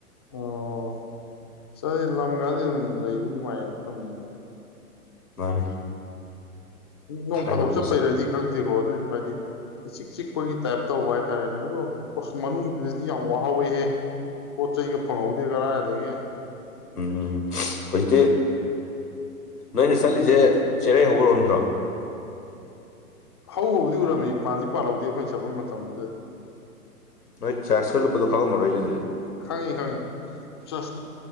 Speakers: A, on the left; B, on the left.
A: ꯑꯣ ꯆ ꯂꯝꯒꯗ ꯂꯩꯕ ꯅꯨꯡꯉꯥꯏꯌꯦ ꯃꯐꯝꯅꯤꯉꯣꯟ
B: ꯃꯥꯅꯦ
A: ꯅꯣꯡ
B: ꯊꯥꯏꯅꯕꯨꯗꯤ
A: ꯐꯥꯗꯣꯛ ꯆꯠꯄꯩꯔꯗꯤ
B: ꯆꯠ
A: ꯈꯪꯗꯦ ꯈꯣ ꯑꯗꯨꯑꯣꯏꯁꯨ ꯍꯥꯏꯗꯤ ꯏꯆꯤꯛ ꯆꯤꯛꯄꯒꯤ ꯇꯥꯏꯞꯇ ꯇꯧꯕ ꯍꯥꯏꯇꯥꯔꯦꯅꯦ ꯑꯗꯣ ꯑꯁ ꯃꯅꯨꯡꯗꯨꯗꯗꯤ ꯌꯥꯝ ꯋꯥꯍꯧꯤꯍꯦ ꯄꯣꯠ ꯆꯩꯒ ꯐꯪꯍꯧꯗꯦ ꯀꯔꯥ ꯑꯗꯒꯤ
B: ꯎꯝ ꯍꯧꯖꯤꯛꯇꯤ ꯅꯣꯏꯅ ꯆꯠꯂꯤꯁꯦ ꯆꯦꯔꯩ ꯍꯧꯧꯕꯔꯣꯝꯗ꯭ꯔꯣ
A: ꯍꯧꯕꯨꯗꯤ ꯎꯔꯝꯃꯤ ꯄꯥꯟꯗꯤ ꯄꯥꯜꯍꯧꯗꯦ ꯑꯩꯈꯣꯏꯅ ꯆꯠꯄ ꯃꯇꯝꯗꯨꯗ
B: ꯅꯣꯏ ꯆꯥꯔꯖꯀ ꯂꯨꯄꯥꯗꯣ ꯈꯥꯉꯝꯃꯣ ꯑꯩꯅꯦ ꯑꯗꯨꯗꯤ
A: ꯈꯪꯉꯤ ꯈꯪꯉꯤ ꯆꯠꯁ